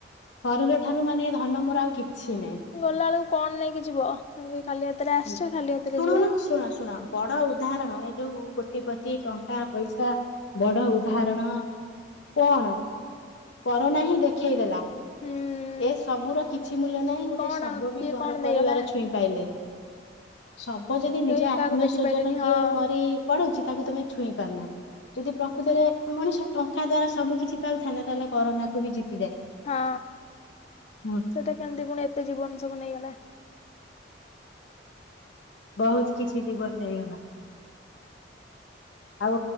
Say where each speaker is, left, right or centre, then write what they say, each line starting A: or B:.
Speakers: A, on the left; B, on the left.
A: ଶରୀର ଠାରୁ ମାନେ ଧନ ମୋର ଆଉ କିଛି ନାହିଁ।
B: ଗଲା ବେଳକୁ କଣ ନେଇକି ଯିବ ସେମିତି ଖାଲି ହାତରେ ଆସିଛ
A: ହୁଁ
B: ଖାଲି ହାତରେ
A: ଶୁଣୁନୁ
B: ଯିବା
A: ଶୁଣ ଶୁଣ ବଡ ଉଦାହରଣ ଯୋଉ କୋଟିପତି ଟଙ୍କା ପଇସା ବଡ ଉଦାହରଣ କଣ କରୋନା ହିଁ ଦେଖେଇ ଦେଲା
B: ହୁଁ।
A: ଏ ସବୁର କିଛି ମୂଲ୍ୟ ନାହିଁ ଗୋଟେ
B: କଣ
A: ଶବୁ ବି
B: କିଏ
A: ଘର
B: କଣ ନେଇଗଲା
A: ପରିବାର ଛୁଇଁ ପାଇଲେନ ସବ ଯଦି ନିଜ
B: କେହି
A: ଆତ୍ମ
B: କାହାକୁ ଦେଖି
A: ସଵଜନ
B: ପାଇଲେନି ହଁ
A: କିଏ ମରି ପଡୁଛି ତାକୁ ତମେ ଛୁଇଁ ପାରୁନା ଯଦି ପ୍ରକୃତରେ ମଣିଷ ଟଙ୍କା ଦ୍ଵାରା ସବୁ କିିଛି ପାଉଥାନ୍ତତା ତାହେଲେ କରୋନା କ ବି ଜିତ
B: ହଁ
A: ହଁ
B: ସେଟା କେମିତି ପୁଣି ଏତେ ଜୀବନ ସବୁ ନେଇଗଲା
A: ବହୁତ କିଛି ଜିବନ ନେଇଗଲା। ଆଉ